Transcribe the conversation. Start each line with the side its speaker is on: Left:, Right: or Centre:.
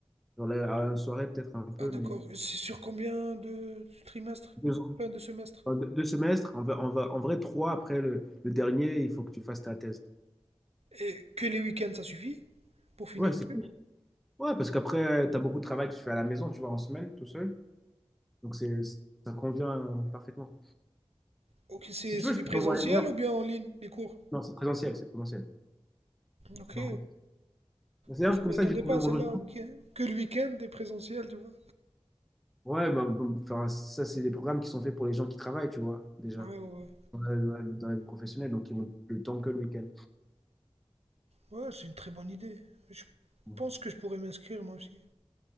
Centre: Genre la, à une soirée, peut-être un peu,
Right: Ah, d'accord.
Centre: mais
Right: Et C'est sur combien de trimestres?
Centre: deux ans.
Right: Enfin, de semestres?
Centre: Enfin, deux, deux semestres, on va, on va, en vrai, trois après le, le dernier, il faut que tu fasses ta thèse.
Right: Et que les week-ends, ça suffit pour finir
Centre: Ouais,
Right: le
Centre: c'est
Right: truc?
Centre: cool. Ouais, parce qu'après, tu as beaucoup de travail que tu fais à la maison, tu vois, en semaine, tout seul. Donc, c'est, ça convient parfaitement.
Right: Ok, c'est
Centre: Si tu
Right: c'est
Centre: veux, je
Right: du
Centre: peux
Right: présentiel
Centre: t'envoyer le lien.
Right: ou bien en ligne, les cours?
Centre: Non, c'est présentiel, c'est présentiel.
Right: Ok.
Centre: Par contre. C'est d'ailleurs
Right: Ah, Je m'y
Centre: comme ça
Right: attendais
Centre: que j'ai trouvé
Right: pas à
Centre: mon
Right: celle-là.
Centre: logement.
Right: ok. Que le week-end, des présentiels, tu vois.
Centre: Ouais, bah, bon, enfin, ça, c'est des programmes qui sont faits pour les gens qui travaillent, tu vois, déjà,
Right: Ouais, ouais.
Centre: dans la, dans la- dans la vie professionnelle, donc ils ont le temps que le week-end.
Right: Ouais, Ouais, c'est une très bonne idée. Je
Centre: Bon.
Right: pense que je pourrais m'inscrire moi aussi.